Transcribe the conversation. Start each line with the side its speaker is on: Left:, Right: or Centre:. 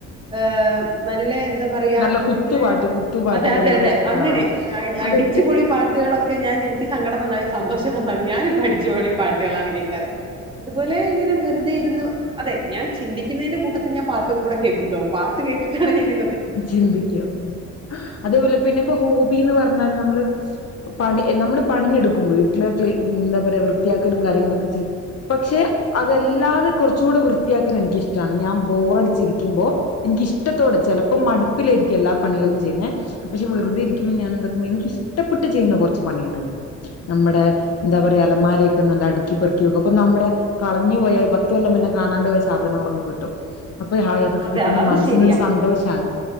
Right: ഏഹ് നല്ല എന്താ പറയാ
Left: നല്ല കുത്തുപാട്ട്
Right: ഇങ്ങനെ
Left: കുത്തുപാട്ടുകളിലെ
Right: അതെ അതെ അതെ അങ്ങനെ.
Left: ആഹ് അതിട്ട്
Right: അടിച്ചുപൊളി പാട്ട് പാട്ടുകളൊക്കെ ഞാൻ എനിക്ക് സങ്കടം വന്നാലും സന്തോഷം വന്നാലും ഞാനീ പഠിച്ച പൊളി പാട്ടുകളാണ് കേൾക്കാറ്. അതുപോലെ ഇങ്ങനെ. വെറുതെ ഇരുന്നു അതെ ഞാൻ ചിന്തിക്കുന്നതിന്റെ കൂട്ടത്തിൽ ഞാൻ പാട്ടും കൂടെ കേൾക്കുട്ട പാട്ട് കേട്ടിട്ടാണ് ഞാനി.
Left: ചിന്തിക്കുക അതേപോലെ പിന്നെ ഇപ്പ ഹോബിന്ന് പറഞ്ഞാൽ നമ്മള്. പണി നമ്മള് പണിയെടുക്കുമ്പോ വീട്ടില് എന്താ പറയാ വൃത്തിയാക്കലും കാര്യങ്ങളൊക്കെ ചെയ്യും. പക്ഷെ അതല്ലാതെ കുറച്ചുകൂടെ വൃത്തിയാക്കാൻ എനിക്കിഷ്ടമാണ് ഞാൻ ബോറടിച്ചിരിക്കുമ്പോൾ. എനിക്ക് ഇഷ്ടത്തോടെ ചിലപ്പോ മടുപ്പിലായിരിക്കും എല്ലാ പണികളും ചെയ്യുന്നെ. പക്ഷെ വെറുതെ ഇരിക്കുമ്പോം ഞാൻ എന്തൊക്ക എനിക്കിഷ്ടപ്പെട്ട് ചെയ്യുന്ന കുറച്ച് പണികളുണ്ട് നമ്മുടെ. എന്താ പറയാ അലമാരൊക്കെ നല്ല അടുക്കി പെറുക്കിക്ക അപ്പൊ നമ്മുടെ. കളഞ്ഞു പോയാ പത്ത് കൊല്ലം മുന്നെ കാണാണ്ട് പോയ സാധനങ്ങളൊക്കെ കിട്ടും. അപ്പൊ ഹായ് അതൊക്കെ
Right: ആ അതെ
Left: കിട്ടുമ്പോ
Right: അത അത്
Left: മനസ്സിന്റെ
Right: ശരിയാ
Left: ഒരു സന്തോഷമാണ്.